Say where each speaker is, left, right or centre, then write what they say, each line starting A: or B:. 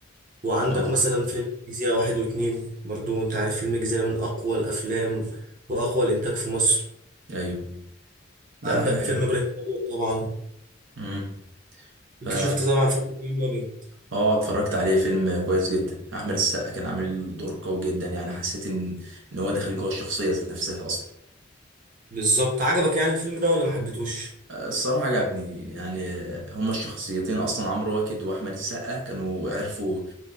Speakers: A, on the right; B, on the right.
A: وعندك
B: اه
A: مثلا فيلم جزيره واحد واتنين برضو انت عارف فيلم جزيره من اقوى الافلام واقوى الانتاج في مصر
B: ايوه لا
A: عندك
B: حاجه حلوه
A: فيلم ابراهيم الابيض طبعا
B: امم
A: انت
B: فا
A: شفت طبعا فيلم ابراهيم الابيض
B: اه اتفرجت عليه فيلم كويس جدا احمد السقا كان عامل دور قوي جدا يعني حسيت ان ان هو داخل جوه الشخصيه ذات نفسها اصلا
A: بالظبط عجبك يعني الفيلم ده ولا ما حبيتهوش
B: آه، الصراحه عجبني يعني آه، هما الشخصيتين اصلا عمرو واكد واحمد السقا كانوا عرفوا